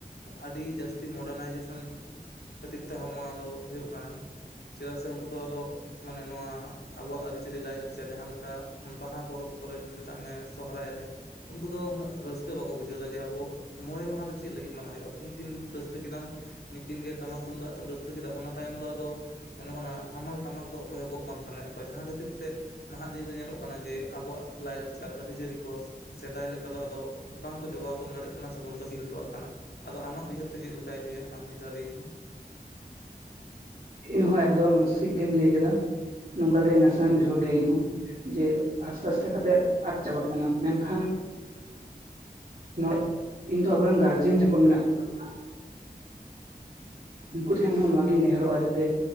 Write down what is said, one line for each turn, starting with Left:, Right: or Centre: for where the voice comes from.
Left: ᱟᱹᱰᱤ ᱡᱟᱹᱥᱛᱤ ᱢᱚᱰᱟᱨᱱᱟᱭᱡᱮᱥᱚᱱ ᱠᱷᱟᱹᱛᱤᱨ ᱛᱮᱦᱚᱸ ᱱᱚᱣᱟ ᱫᱚ ᱦᱳᱭᱳᱜ ᱠᱟᱱᱟ᱾ ᱪᱮᱫᱟᱜ ᱥᱮ ᱩᱱᱠᱩ ᱫᱚ ᱟᱫᱚ ᱢᱟᱱᱮ ᱱᱚᱣᱟ ᱟᱵᱩᱣᱟᱜ ᱟᱹᱨᱤᱪᱟᱹᱞᱤ ᱞᱟᱭᱞᱟᱠᱪᱟᱨ ᱡᱟᱦᱟᱸ ᱞᱮᱠᱟ, ᱵᱟᱦᱟ ᱯᱚᱨᱚᱵᱽ ᱠᱚᱨᱮ ᱢᱮᱛᱟᱜ ᱢᱮ ᱥᱚᱦᱚᱨᱟᱭ ᱨᱮ, ᱩᱱᱠᱩ ᱫᱚ ᱩᱱᱟᱹᱜ ᱨᱟᱹᱥᱠᱟᱹ ᱵᱟᱠᱚ ᱵᱩᱡᱷᱟᱹᱣᱫᱟ ᱡᱮ ᱟᱵᱚ, ᱢᱚᱬᱮ ᱢᱟᱦᱟ ᱫᱚ ᱪᱮᱫ ᱞᱟᱹᱜᱤᱫ ᱢᱟᱱᱟᱣ ᱦᱩᱭᱩᱜᱼᱟ ᱢᱤᱫ ᱫᱤᱱ ᱨᱟᱹᱥᱠᱟᱹ ᱠᱮᱫᱟᱢ᱾ ᱢᱤᱫ ᱫᱤᱱᱜᱮ ᱴᱟᱢᱟᱠ ᱛᱩᱢᱫᱟᱜ ᱛᱮᱢ ᱨᱟᱹᱥᱠᱟᱹ ᱠᱮᱫᱟ ᱚᱱᱟ ᱛᱟᱭᱚᱢ ᱫᱚ ᱟᱫᱚ ᱢᱟᱱᱮ ᱚᱱᱟ ᱦᱟᱢᱟᱞ ᱴᱟᱢᱟᱠ ᱫᱚ ᱚᱠᱚᱭ ᱦᱚᱸ ᱜᱚᱜ ᱵᱟᱝ ᱥᱟᱱᱟᱭᱮᱫ ᱠᱚᱣᱟ ᱡᱟᱦᱟᱸ ᱠᱷᱟᱹᱛᱤᱨ ᱛᱮ ᱱᱟᱦᱟᱜ ᱫᱤᱱ, ᱨᱮ ᱧᱮᱞᱚᱜ ᱠᱟᱱᱟ ᱡᱮ ᱟᱵᱚᱣᱟᱜ ᱞᱟᱭᱞᱟᱠᱪᱟᱨ ᱟᱹᱨᱤᱪᱟᱹᱞᱤ ᱠᱚ, ᱥᱮᱫᱟᱭ ᱞᱮᱠᱟ ᱫᱚ ᱟᱫᱚ ᱵᱟᱝᱠᱚ ᱡᱚᱜᱟᱣ ᱡᱚᱛᱚᱱ ᱫᱟᱲᱮᱭᱟᱜ ᱠᱟᱱᱟ ᱥᱮᱵᱚᱱ ᱵᱟᱹᱜᱤ ᱦᱚᱴᱚᱣᱟᱜ ᱠᱟᱱᱟ᱾ ᱟᱫᱚ ᱟᱢᱟᱜ ᱩᱭᱦᱟᱹᱨ ᱛᱮ ᱪᱮᱫ ᱞᱮᱠᱟᱭ ᱞᱟᱹᱭᱟ ᱟᱢ ᱢᱤᱫ ᱫᱟᱣ ᱞᱟᱹᱭᱟᱹᱧ ᱢᱮ?
Right: ᱤᱧᱦᱚᱸ ᱮᱠᱫᱚᱢᱥᱤᱠ ᱜᱮᱧ ᱞᱟᱹᱭ ᱠᱮᱫᱟ ᱱᱚᱝᱠᱟ ᱜᱮ ᱱᱟᱥᱮᱱᱟᱜ ᱤᱧ ᱩᱭᱦᱟᱹᱨ ᱜᱮᱭᱟ ᱤᱧᱦᱚᱸ, ᱡᱮ ᱟᱥᱛᱮ ᱟᱥᱛᱮ ᱠᱟᱛᱮ ᱟᱫ ᱪᱟᱵᱟᱜ ᱠᱟᱱᱟ᱾ ᱢᱮᱱᱠᱷᱟᱱ, ᱱᱚᱣᱟ ᱤᱧᱫᱚ ᱟᱵᱚᱨᱮᱱ ᱜᱟᱨᱡᱮᱱ ᱡᱟᱦᱟᱸᱠᱩ ᱢᱮᱱᱟᱜ ᱛᱟᱵᱚᱱᱟ ᱠᱚ, ᱩᱱᱠᱩ ᱴᱷᱮᱱ ᱦᱚᱸ ᱱᱚᱣᱟᱜᱤᱧ ᱱᱮᱦᱚᱨᱚᱜᱼᱟ ᱡᱟᱛᱮ,